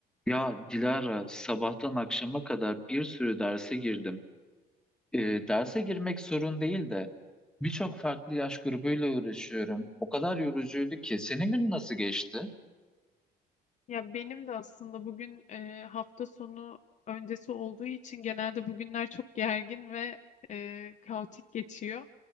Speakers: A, in the centre; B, on the left.
A: Ya Dilara, sabahtan akşama kadar bir sürü derse girdim. Ee, derse girmek sorun değil de birçok farklı yaş grubuyla uğraşıyorum. O kadar yorucuydu ki. Senin gün nasıl geçti?
B: Ya benim de aslında bugün e, hafta sonu öncesi olduğu için genelde bugünler çok gergin ve e, kaotik geçiyor.